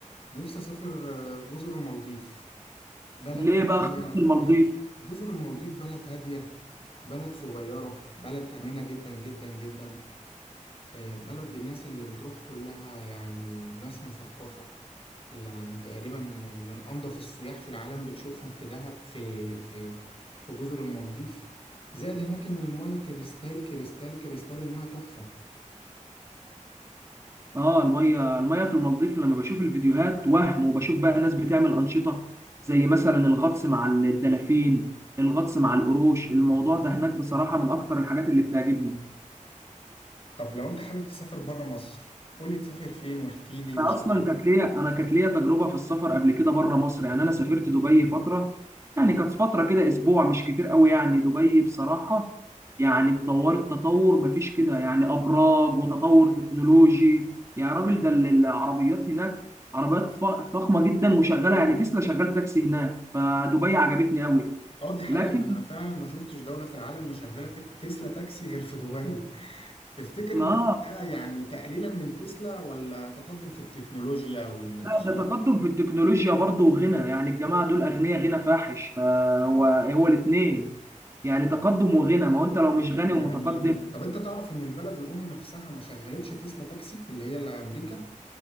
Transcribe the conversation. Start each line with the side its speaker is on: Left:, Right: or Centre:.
Left: نفسي أسافر آه، جزر المالديف بلد
Right: ليه
Left: هادية
Right: بقى خط المالديف
Left: آه، جزر المالديف بلد هادية بلد صغيرة بلد آمنة جدا جدا جدا آه، بلد الناس اللي بتروح كلها يعني ناس مثقفة يعني تقريبا من أنظف السياح في العالم بتشوفهم في دهب في في في جزر المالديف زائد هناك إن المياه كريستال كريستال كريستال المياه تحفة
Right: اه الميه الميه في المالديف لما بشوف الفيديوهات وهم وبشوف بقى ناس بتعمل انشطه زي مثلا الغطس مع الدلافين الغطس مع القروش الموضوع ده هناك بصراحه من اكتر الحاجات اللي بتعجبني
Left: طب لو أنت حابب تسافر بره مصر قولي تسافر فين واحكي لي واشمعنى
Right: انا اصلا كانت ليا انا كانت ليا تجربه في السفر قبل كده بره مصر يعني انا سافرت دبي فتره يعني كانت فتره كده اسبوع مش كتير قوي يعني دبي بصراحه يعني اتطورت تطور مفيش كده يعني ابراج وتطور تكنولوجي يا راجل ده ال- العربيات هناك عربيات ف- فخمه جدا وشغاله يعني تسلا شغال تاكسي هناك فدبي عجبتني قوي
Left: اه دي حقيقة
Right: لكن
Left: أنا فعلا ما شفتش دولة في العالم مشغلة تك... تسلا تاكسي غير في دبي <laughs> تفتكر
Right: ما
Left: إن ده يعني تقليلا من تسلا ولا تقدم في التكنولوجيا والاقتصاد
Right: لا ده تقدم في التكنولوجيا برضه وغنى يعني الجماعة دول أغنياء غنى فاحش فهو هو الاتنين يعني تقدم وغنى ما هو أنت لو مش غني
Left: يعني
Right: ومتقدم
Left: طب انت تعرف ان البلد الام نفسها ما شغلتش تسلا تاكسي اللي هي اللي امريكا